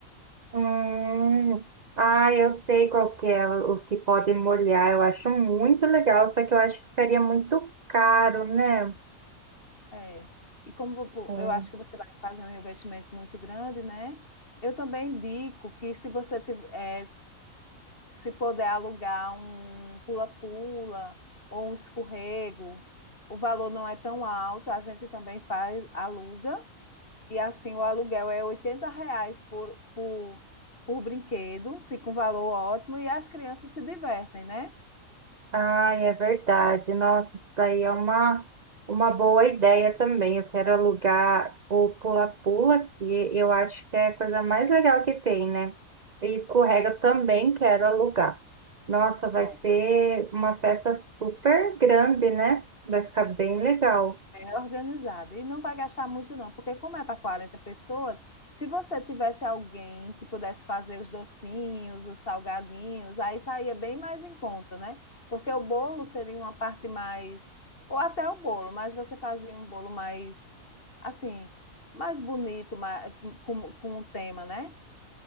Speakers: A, on the right; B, on the left.
A: Hum, ah, eu sei qual que é, os que podem molhar. Eu acho muito legal, só que eu acho que ficaria muito caro, né?
B: É. E como vo- pô,
A: É.
B: eu acho que você vai fazer um investimento muito grande, né? Eu também indico que se você tiver, é, se puder alugar um pula-pula ou um escorrego, o valor não é tão alto, a gente também faz, aluga. E assim, o aluguel é 80 reais por, por, por brinquedo, fica um valor ótimo e as crianças se divertem, né?
A: Ai, é verdade. Nossa, isso daí é uma, uma boa ideia também. Eu quero alugar o pula-pula, que eu acho que é a coisa mais legal que tem, né? E escorrega eu também quero alugar. Nossa, vai
B: Pronto,
A: ser uma festa super grande, né? Vai ficar bem legal.
B: bem organizado. E não vai gastar muito, não, porque como é para 40 pessoas, se você tivesse alguém que pudesse fazer os docinhos, os salgadinhos, aí saía bem mais em conta, né? Porque o bolo seria uma parte mais. Ou até o bolo, mas você fazia um bolo mais, assim, mais bonito, mais, com, com um tema, né?